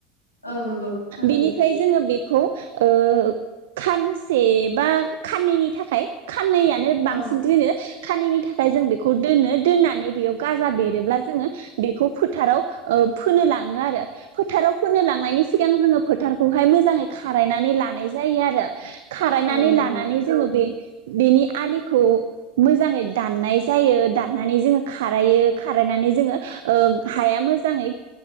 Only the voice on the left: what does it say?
औ नंगौ थारैनो
औ
औ नंगौ